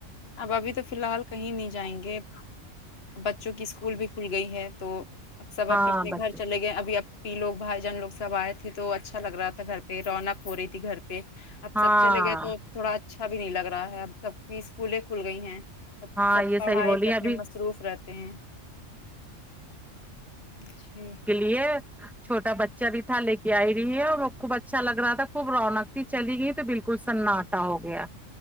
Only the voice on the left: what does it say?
اب ابھی تو فل حال کہیں نہیں جائیں گے بچوں کی اسکول بھی کھول گئی ہے تو اب سب
اپنے اپنے
گھر چلے گئے ابھی اپ آپی لوگ بھائی جان لوگ سب آئے تھے تو اچھا لگ رہا تھا گھر پہ رونق ہو رہی تھی گھر پہ اب
سب چلے گئے تو تھوڑا اچھا بھی نہیں لگ رہا ہے اب سب کی اسکولیں کھول گئی ہیں سب
سب
پڑھائی
پہ اپنے
مصروف رہتے تے ہیں جی